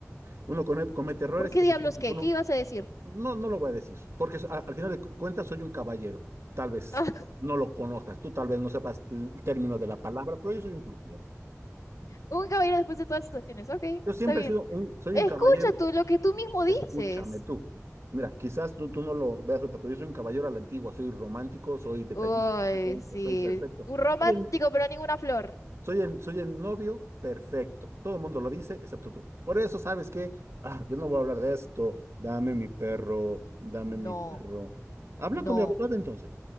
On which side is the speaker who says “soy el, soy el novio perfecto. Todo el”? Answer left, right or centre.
Right